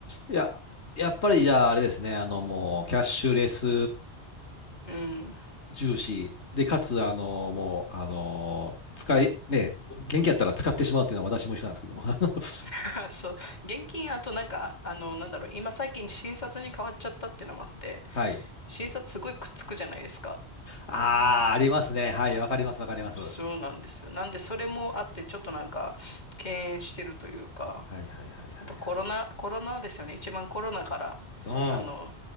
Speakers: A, on the left; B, on the left.
A: いや、やっぱりじゃああれですね、あのもう、キャッシュレス
B: うん。
A: 重視。で、かつ、あの、もう、あの、使い、ね、元気やったら使ってしまうというのは私も一緒なんですけども。<laughs>
B: <laughs> そう。現金、あとなんか、あの、なんだろう、今最近新札に変わっちゃったっていうのもあって、
A: はい。
B: 新札すごいくっつくじゃないですか。
A: ああ、ありますね。はい、わかります、わかります。
B: そうなんですよ。
A: はい
B: なんで、それもあって、ちょっとなんか、敬遠してるというか、
A: はいはいはいはい。
B: あとコロナ、コロナですよね。一番コロナから、
A: うん。
B: あの、